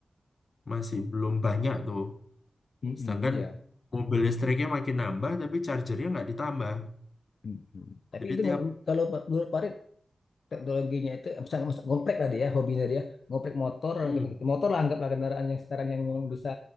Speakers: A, on the left; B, on the left.
A: masih belum banyak tuh.
B: Mm-mm,
A: Sedangkan
B: iya.
A: mobil listriknya makin nambah, tapi chargernya nggak ditambah.
B: Mm-mm. Tapi
A: Jadi
B: itu
A: tiap,
B: nge- kalau menurut Farid teknologinya itu eh, misalnya misalnya ngoprek tadi ya hobinya dia ngoprek motor
A: hmm,
B: motor lah anggaplah kendaraan yang sekarang yang memang bisa